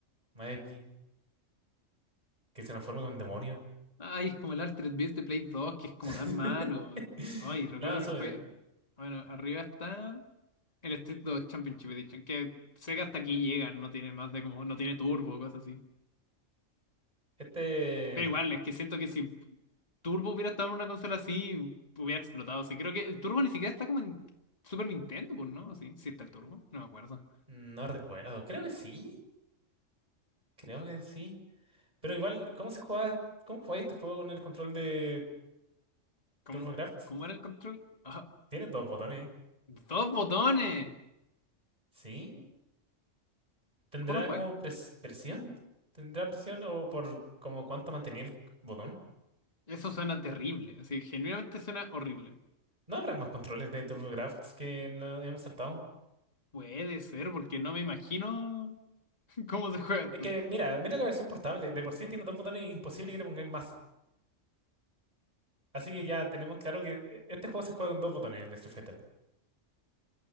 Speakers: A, on the right; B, on the left.
A: más edgy, que se nos forme con demonios.
B: Ay, es como el Altered Beast de Play 2, que es como
A: <laughs>
B: tan malo. Ay, recuerdo
A: No, sobre
B: que jugué. Bueno, arriba está el Street 2 Championship Edition, que sé que hasta aquí llega, no tiene más de como, no tiene turbo, cosas así.
A: este
B: Pero igual, es que siento que si Turbo hubiera estado en una consola así, hubiera explotado. Sí, creo que el Turbo ni siquiera está como en Super Nintendo, pues, ¿no? Sí, sí está el Turbo, no me acuerdo.
A: no recuerdo. Creo que sí. Creo que sí. Pero igual, ¿cómo se juega? ¿Cómo juega este juego con el control de
B: ¿Cómo,
A: TurboGrafx?
B: cómo era el control? Ah,
A: Tiene dos botones.
B: dos botones.
A: ¿Sí? ¿Tendrá
B: ¿Cómo lo juegas?
A: como pres- presión? ¿Tendrá presión o por como cuánto mantenía el botón?
B: Eso suena terrible, así, genuinamente suena horrible.
A: ¿No habrá más controles de TurboGrafx que no hemos saltado?
B: Puede ser, porque no me imagino <laughs> cómo se juega esto.
A: Es que, mira, mira la versión portable. De por sí tiene dos botones y imposible que le pongáis más. Así que ya tenemos claro que eh, este juego se juega con dos botones, el de Street Fighter.